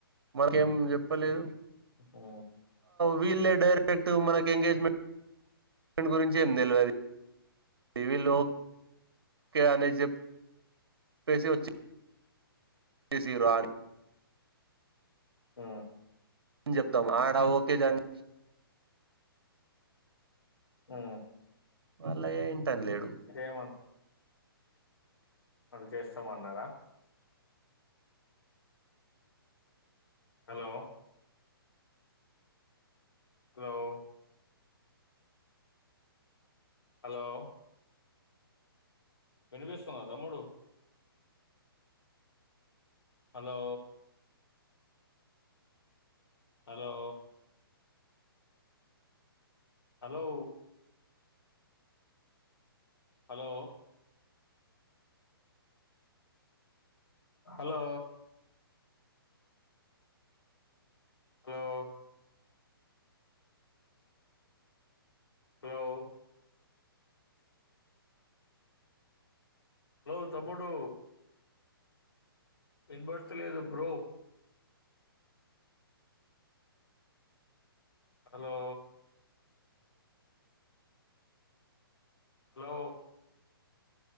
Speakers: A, on the right; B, on the left.
A: మకేం చెప్పలేదు
B: ఆ
A: వీళ్ డైరెక్ట్ మనకి ఎంగేజ్మెంట్ ట్ గురించి ఏం తెలివదువి లో అనే చె చెప్పేసి వచ్చి సిసిరో అని
B: ఆ
A: ఏం చెప్తాం ఆడా ఓకే జంగ్
B: ఆ
A: వాళ్ళయ ఇంటనే లేడు
B: ఏమన్నా వాళ్ళు చేస్తామన్నారా హలో హలో హలో వినిపిస్తుంద తమ్ముడు hello hello hello hello hello hello hello hello తమ్ముడు వినబడతలేదు bro hello hello